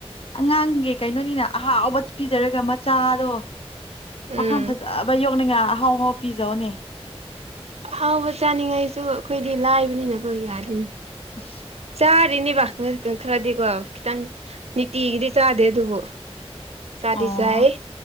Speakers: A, on the left; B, on the right.
A: ꯑꯉꯥꯡꯒꯤ ꯀꯩꯅꯣꯅꯤꯅ ꯑꯍꯥꯎꯕ ꯄꯤꯖꯔꯒ ꯃꯆꯥꯗꯣ ꯄꯥꯈꯪ
B: ꯎꯝ
A: ꯐꯖꯕ ꯌꯣꯛꯅꯤꯡꯉ ꯑꯍꯥꯎ ꯑꯍꯥꯎ ꯄꯤꯖꯧꯅꯦ
B: ꯑꯍꯥꯎꯕ ꯆꯥꯅꯤꯡꯉꯥꯏꯁꯨ ꯑꯩꯈꯣꯏꯗꯤ ꯂꯥꯏꯕꯅꯤꯅꯀꯣ ꯌꯥꯔꯤꯅꯦ
A: ꯑ
B: ꯆꯥꯔꯤꯅꯦꯕ ꯈꯔꯗꯤꯀꯣ ꯈꯤꯇꯪ ꯅꯤꯇꯤꯒꯤꯗꯤ ꯆꯥꯗꯦ ꯑꯗꯨꯕꯨ ꯁꯥꯗꯤꯁꯥꯏ
A: ꯑꯣ